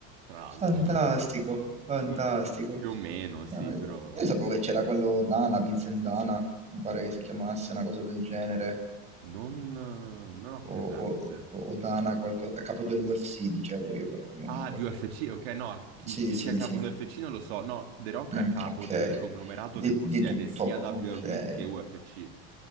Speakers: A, on the right (about 80°); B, on the right (about 20°).
A: tra l'altro.
B: Fantastico, fantastico.
A: Sì, più o meno, sì,
B: No, io
A: però
B: io sapevo che c'era quello Dana, Vincent Dana, mi pare che si chiamasse una cosa del genere,
A: non, non ho
B: o,
A: presente.
B: o- o Dana, qualcosa, a capo dell'UFC dicevo io però comunque.
A: Ah, di UFC, ok, no, chi,
B: Sì,
A: chi ci
B: sì,
A: sia capo
B: sì,
A: di UFC non lo so. No, The Rock
B: Mm,
A: è a capo
B: ok,
A: del conglomerato
B: di,
A: che possiede
B: di tutto,
A: sia WWE
B: ok.
A: che UFC.